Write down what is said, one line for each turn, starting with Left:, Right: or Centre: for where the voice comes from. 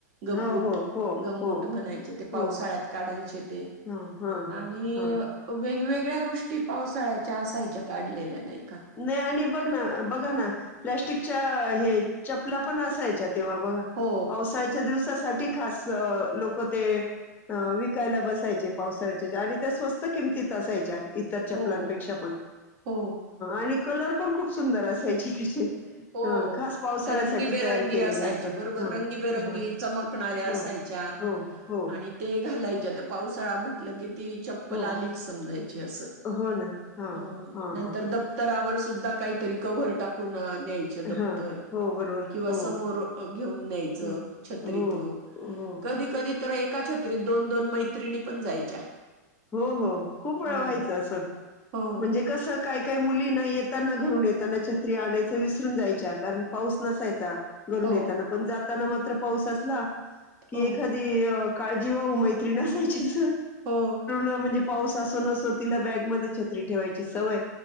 Right: गंबूट
Left: हो, हो, हो,
Right: गंबूट
Left: हो,
Right: म्हणायचे ते पावसाळ्यात
Left: हो.
Right: काढायचे ते
Left: हां, हां,
Right: आणि
Left: हां, हां.
Right: वेगवेग. सगळ्या गोष्टी पावसाळ्याच्या असायच्या काढलेल्या नाहीत.
Left: नाही आणि बघ ना बघा ना. प्लॅस्टिकच्या हे चपला पण असायच्यात. तेव्हा बघा
Right: हो
Left: पावसाळ्याचं दिवस. साठी खास लोक ते विकायला बसायचे पावसाळ्याच्या आणि त्या स्वस्त किमतीत असायच्या. इतर चपलांपेक्षा
Right: हो
Left: पण.
Right: हो
Left: आणि कलर पण खूप सुंदर असायचे त्याचे.
Right: हो
Left: हं, खास पावसाळ्यासाठी
Right: रंगीबेरंगी
Left: तयार केलेले
Right: असायचे
Left: असं.
Right: बरोबर
Left: हां,
Right: रंगीबेरंगी
Left: हां.
Right: चमकणाऱ्या
Left: हो,
Right: असायच्या
Left: हो, हो,
Right: आणि ते घालायच्या. ज पावसाळा म्हटलं की. चप्पल
Left: हो.
Right: आलीच समायची अस
Left: हो ना. हां,
Right: नंतर
Left: हां, हां.
Right: दप्तरावर सुधा काही. तरी कव्हवर टाकून. न्यायचे
Left: हा
Right: दप्तर
Left: हो बरोबर
Right: किव्हा
Left: हो
Right: समोर घेऊन न्यायचं
Left: ह
Right: छत्रीतून
Left: हो हो
Right: कधी कधी तर एका छत्री. दोन दोन मैत्रिणी पण जायच्या.
Left: हो हो खूप वेळ
Right: हो
Left: व्हायचं असं
Right: हो
Left: म्हणजे कसं काय काय मुली नाही येत. येताना घरून येताना छत्री आणायच विसरून जायच्या कारण पाऊस नसायचा. घरून
Right: हो
Left: येताना पण जात. जाताना मात्र पाऊस असला. कि
Right: हो
Left: एखादी अ काळजी वा उ मैत्री नसायचीच.
Right: हो.
Left: म्हणजे पाऊस असो न असो तिला बॅगमध्येध्ये छत्री ठेवायची सवय!